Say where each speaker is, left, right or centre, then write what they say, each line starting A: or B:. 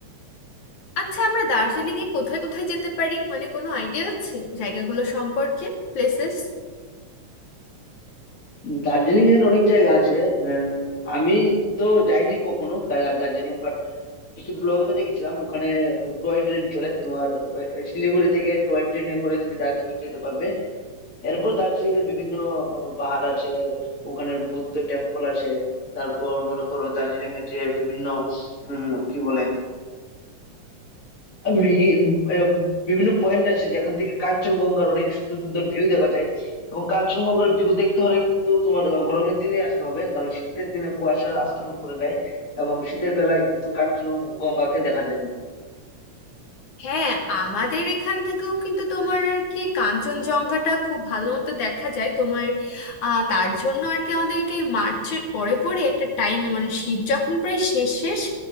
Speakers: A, on the left (about 80°); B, on the left (about 30°).
A: আচ্ছা আমরা দার্জিলিং এ কোথায় কোথায় যেতে পারি মানে কোনো আইডিয়া আছে জায়গাগুলো সম্পর্কে প্লেসেস
B: দার্জিলিং এর অনেক জায়গা আছে আহ, আমি তো যাইনি কখনো কা- দার্জিলিং বাট কিছু ব্লগে দেখেছিলাম ওখানে টয় ট্রেন চলে তোমার আহ, শিলিগুড়ি থেকে টয় ট্রেনে করে তুমি দার্জিলিং যেতে পারবে এরপর দার্জিলিং এর বিভিন্ন আহ, পাহাড় আছে ওখানে বৌদ্ধ টেম্পল আছে তারপর মনে করো দার্জিলিং এর যে বিভিন্ন উম কি বলে আর মেঘে উম, আহ, বিভিন্ন পয়েন্ট আছে যেখান থেকে কাঞ্চনজঙ্ঘার অনেক সুন্দর সুন্দর ভিউ দেখা যায় এবং কাঞ্চনজঙ্ঘার ভিউ দেখতে হলে কিন্তু তোমার আহ, গরমের দিনে আসতে হবে কারণ শীতের দিনে কুয়াশার আস্তরণ পড়ে যায় এবং শীতের বেলায় কিন্তু কাঞ্চনজঙ্ঘাকে দেখা যায় না
A: হ্যাঁ আমাদের এখান থেকেও কিন্তু তোমার আর কি কাঞ্চনজঙ্ঘাটা খুব ভালো মতো দেখা যায় তোমার আহ, তার জন্য আর কি আমাদেরকে মার্চের পরে পরে একটা টাইমে মানে শীত যখন প্রায় শেষ শেষ